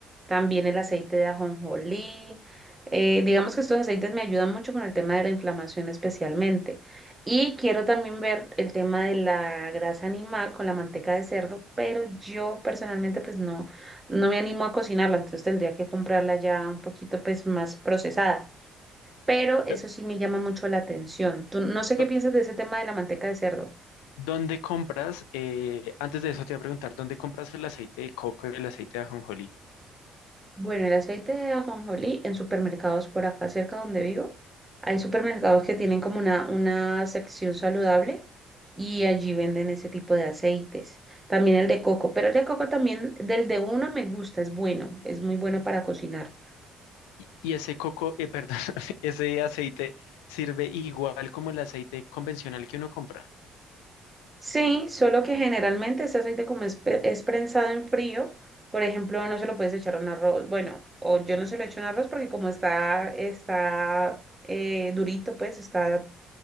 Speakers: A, on the right; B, on the left.
A: también el aceite de ajonjolí. Eh, digamos que estos aceites me ayudan mucho con el tema de la inflamación especialmente. Y quiero también ver el tema de la grasa animal con la manteca de cerdo, pero yo personalmente pues no, no me animo a cocinarla, entonces tendría que comprarla ya un poquito pues más procesada. Pero
B: Pero,
A: eso sí me llama mucho la atención. Tú, no sé qué
B: ¿dó-
A: piensas de ese tema de la manteca de cerdo.
B: ¿dónde compras? eh, antes de eso te voy a preguntar, ¿dónde compras el aceite de coco y el aceite de ajonjolí?
A: Bueno, el aceite de ajonjolí en supermercados por acá cerca donde vivo, hay supermercados que tienen como una, una sección saludable y allí venden ese tipo de aceites. También el de coco, pero el de coco también, del de uno me gusta, es bueno, es muy bueno para cocinar.
B: Y, y ese coco, eh, perdón, <laughs> ese aceite sirve igual como el aceite convencional que uno compra.
A: Sí, solo que generalmente ese aceite como es, pe- es prensado en frío, por ejemplo, no se lo puedes echar a un arroz, bueno, o yo no se lo echo a un arroz porque como está, está eh, durito, pues está